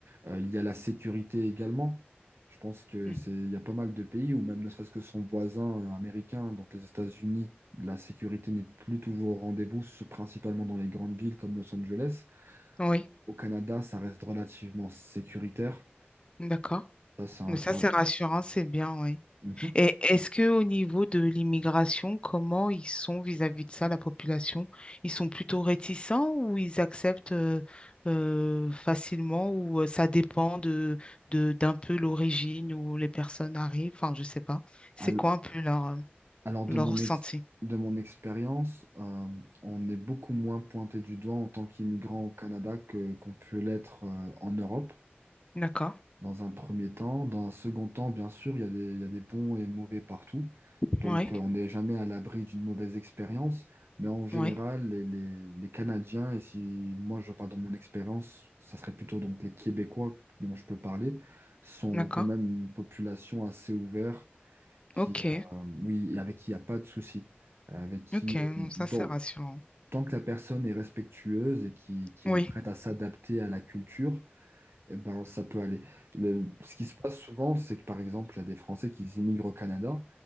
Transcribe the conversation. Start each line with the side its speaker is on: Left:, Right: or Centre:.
Right: Euh, il y a la sécurité également. Je pense que
Left: Mm.
Right: c'est, il y a pas mal de pays, ou même ne serait-ce que son voisin euh, américain, donc les États-Unis, la sécurité n'est plus toujours au rendez-vous, ce- principalement dans les grandes villes comme Los Angeles.
Left: Oui,
Right: Au Canada, ça reste relativement sécuritaire.
Left: d'accord.
Right: Ça, c'est un
Left: Mais ça,
Right: point.
Left: c'est rassurant, c'est bien, oui.
Right: Mhm.
Left: Et est-ce que au niveau de l'immigration, comment ils sont vis-à-vis de ça, la population? Ils sont plutôt réticents ou ils acceptent euh, euh, facilement ou euh, ça dépend de, de- d'un peu l'origine où les personnes arrivent? Enfin, je sais pas. C'est
Right: Al-
Left: quoi un peu leur, euh,
Right: Alors, de
Left: leur
Right: mon
Left: ressenti?
Right: ex- de mon expérience, euh, on est beaucoup moins pointé du doigt en tant qu'immigrant au Canada que qu'on peut l'être euh, en Europe.
Left: D'accord.
Right: dans un premier temps. Dans un second temps, bien sûr, il y a des, il y a des bons et mauvais partout. Donc,
Left: Oui,
Right: euh, on n'est jamais à l'abri d'une mauvaise expérience. Mais en général,
Left: oui,
Right: les, les- les Canadiens, et si moi je parle dans mon expérience, ça serait plutôt donc les Québécois dont je peux parler, sont
Left: d'accord.
Right: quand même une population assez ouverte, qui,
Left: Ok,
Right: euh, oui, et avec qui il n'y a pas de souci. Avec qui,
Left: ok. Non,
Right: euh,
Left: Ça,
Right: donc,
Left: c'est rassurant.
Right: tant que la personne est respectueuse et qui, qui
Left: Oui,
Right: est prête à s'adapter à la culture, eh ben, ça peut aller. Le- ce qui se passe souvent, c'est que par exemple, il y a des Français qui immigrent au Canada